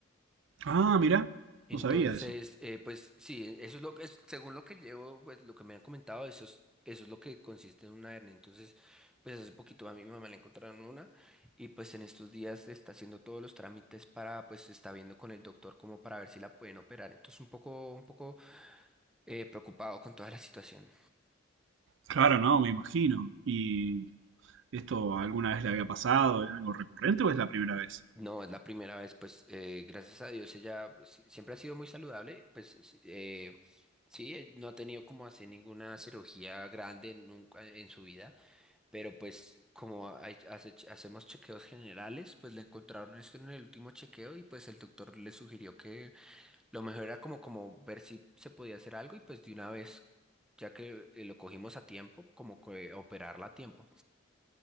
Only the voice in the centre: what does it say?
Entonces,
eh, pues sí, eso es lo que es, según lo que llevo, pues lo que me han comentado, eso es, eso es lo que consiste en una hernia. Entonces, pues hace poquito a mi mamá le encontraron una y pues en estos días está haciendo todos los trámites para, pues está viendo con el doctor como para ver si la pueden operar. Entonces, un poco, un poco eh, preocupado con toda la situación.
No, es la primera vez, pues eh, gracias a Dios ella pues, si- siempre ha sido muy saludable, pues sí, eh, sí, eh, no ha tenido como hacer ninguna cirugía grande nunca en su vida. Pero pues como hay- hace- hacemos chequeos generales, pues le encontraron esto en el último chequeo y pues el doctor le sugirió que lo mejor era como, como ver si se podía hacer algo y pues de una vez, ya que eh, lo cogimos a tiempo, como que operarla a tiempo.